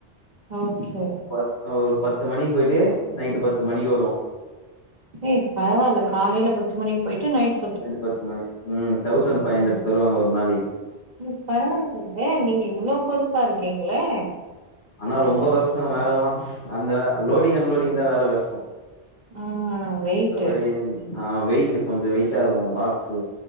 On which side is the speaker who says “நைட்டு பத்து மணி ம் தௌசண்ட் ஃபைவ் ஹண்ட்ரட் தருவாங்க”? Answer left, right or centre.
Left